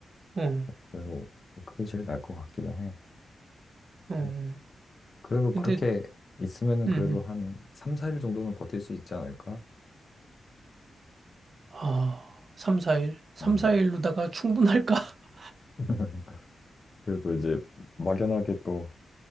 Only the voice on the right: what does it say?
응,
응.
근데,
응,
응.
아, 3, 4일? 3,
4일로다가 충분할까? <laughs>